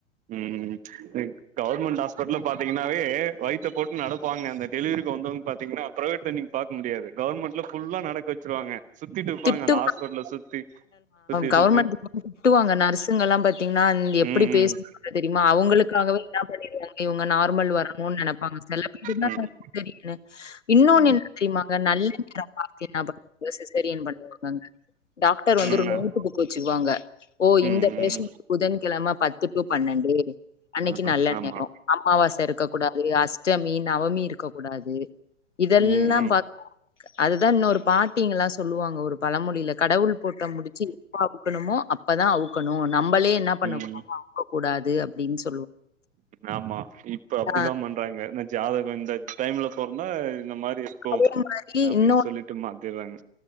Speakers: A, on the right (about 20°); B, on the left (about 75°).
A: ம் எனக் கா அல்மண்டாஸ் பாத்தீங்கன்னாவே வைத்த போட்டு நடப்பாங்க அந்த டெலிவரிக்கு வந்தங்க பாத்தீன்னா பிரவேட்ல நீ பா முடியாது கவர்மெண்ட்ல புல்லா நடக்க வச்சிருவாங்க சுத்திட்டு இருப்பாங்க
B: திட்டுவா
A: அந்த ஹாஸ்பிட்டல சுத்தி சுத்தி
B: கவுவர்மெண்ட்
A: சுத்தி
B: திட்டுவாங்க நர்ஸுங்கல்லா பத் த்தீங்கன்னா எப்படி
A: ம்
B: பேச
A: ம்
B: தெரியுமா அவங்களுக்காகவே என்ன பண்ணிருங்க இவங்க நார்மல் வரணும்னு நெனைப்பாங்க சில பேர் இருந்தா
A: ம்
B: தெரியு இன்னொன்னு
A: ம்
B: என்ன தெரியுமாங்க நல்ல நேர பாத்தினா பண்ணுவா சிசரிய பண்ணுவாங்க அங்க டாக்டர் வந்து
A: ம்
B: ஒரு நோட்டு புக் வச்சுக்குவாங்க ஓ
A: ம்
B: இந்த பேஷண்டட் புத கெழமை பத்து டு பன்னெண்டு அ அன்னைக்கு
A: ம்
B: நல்ல
A: ஆமா
B: நேர அமாவாசை இருக்க கூடாது அஷ்டமி நவமி இருக்க கூடாது இதெல்லாம்
A: ம் ம்
B: பா அதுதா இன்னொரு பாட்டிங்கலா ஸ் சொல்லுவாங்க ஒரு பழமொழியில் கடவுள் போட்ட முடிச்சு எப்ப அவுக்கணுமோ அப்பதா அவுக்கணு நம் நம்மளே என்னா பண்ணக்கூடாது
A: ம்
B: அவஙகக் கூடாது அப்டின்னு சொ
A: ஆமா இப்ப அப்படித்தா
B: ஆ
A: பண்றாங்க ந ஜாதக இந்த டைம்ல சொந்தா இந்த மாதிரி இருக்கு
B: அதே மாரி
A: அப்படின்னு
B: இன்னொன்னு
A: சொல்லிட்டு மாத்திறாங்க